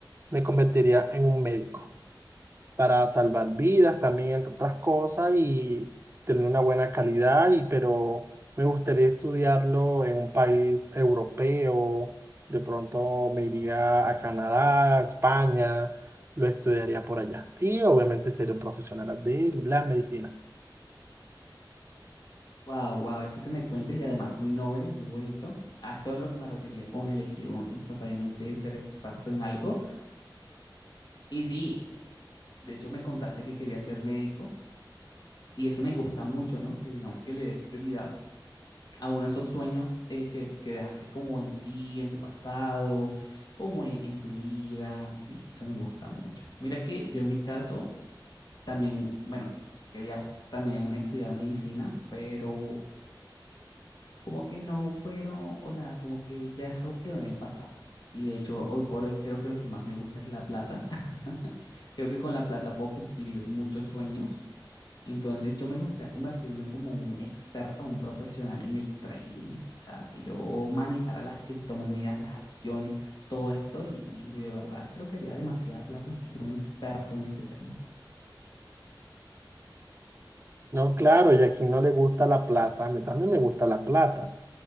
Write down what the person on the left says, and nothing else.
Wow, wow, esto que me cuentes y además muy noble, muy bonito. A esto es lo que me refería con elegir un, instantáneamente ser experto en algo. Y sí, de hecho me contaste que quería ser médico. Y eso me gusta mucho, ¿no? Que digamos que le des prioridad a uno de esos sueños eh, que, que dejaste como en ti, en tu pasado, como en, en tu vida, ¿sí? Eso me gusta mucho. Mira que yo en mi caso también, bueno, quería ju- también estudiar medicina, pero como que no fueron, o sea, como que ya eso quedó en el pasado. Sí, de hecho, hoy por hoy creo que lo que más me gusta es la plata. <laughs> Creo que con la plata puedo cumplir muchos sueños entonces yo me gustaría convertirme como un experto, un profesional en el trading, o sea, que yo manejara las criptomonedas, las acciones, todo esto y, y de verdad creo que haría demasiada plata si fuera un experto en este tema.